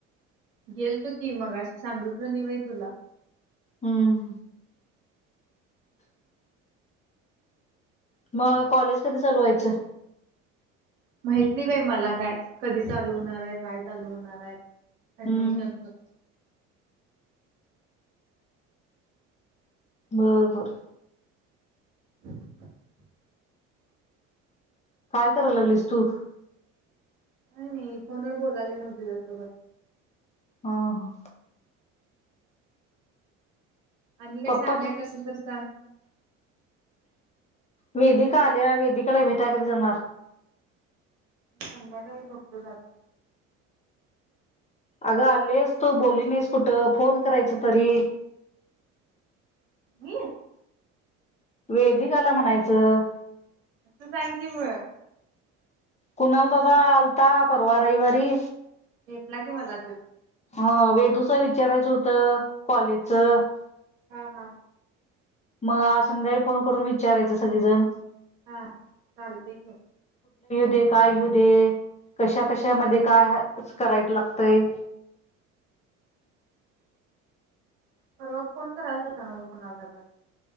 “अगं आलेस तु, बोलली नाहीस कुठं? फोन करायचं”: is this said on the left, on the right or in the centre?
Left